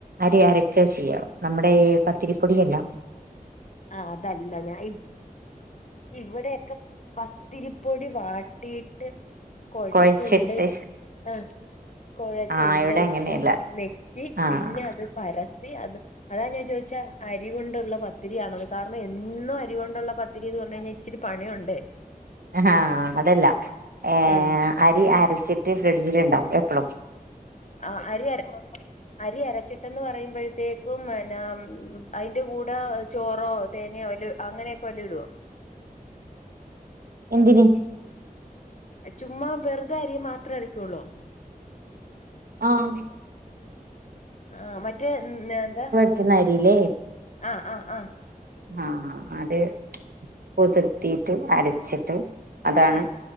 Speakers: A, on the right; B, on the left.
A: ടെ അരക്കാ ചെയ്യാ. നമ്മുടെ പത്തിരിപ്പൊടിയല്ല.
B: ആഹ് അതല്ല ഞാൻ ഈ ഇവിടെയൊക്കെ പത്തിരിപ്പൊടി വാട്ടിയിട്ട് കൊഴച്ച്
A: കുഴച്ചിട്ട്
B: ഉണ്ട ആ കൊഴച്ച്
A: ആഹ്
B: ഉണ്ടയിട്ട്
A: ഇവിടെ അങ്ങനെയല്ല
B: മേ ക്കി
A: ആഹ്
B: പിന്നെ അത് പരത്തി. അത് അതാ ഞാൻ ചോദിച്ച അരി കൊണ്ടുള്ള പ ത്തിരിയാണോന്ന്. കാരണം എന്നും അരി കൊണ്ടുള്ള പത്തിരിന്ന് പറഞ്ഞ് കഴിഞ്ഞാൽ ഇച്ചിരി പണിയുണ്ടേ.
A: ങ്‌ഹ അതല്ല. ഏഹ്
B: ഉം
A: അരി അരച്ചിട്ട് ഫ്രിഡ്ജിൽ ഉണ്ടാവും എപ്പോളും.
B: ആ അരി അര അരി അരച്ചിട്ടന്ന് പറയുമ്പോഴത്തേക്കും, പിന്നെ ഉം അതിന്റെ കൂടെ ചോറോ തേങ്ങയോ അതിൽ അങ്ങനെക്കെ വല്ലിടുവോ?
A: എന്തിന്?
B: ചുമ്മാ വെറുതെ അരി മാത്രം അരക്കോളൊ?
A: <inaudible>
B: ആഹ് മറ്റേ എന്നതാ
A: ക്കുന്ന അരില്ലേ.
B: ആഹ് ആഹ് ആഹ.
A: ആഹ് അത് കുതിർത്തിയിട്ട് അരച്ചിട്ട് അതാണ്.
B: ആ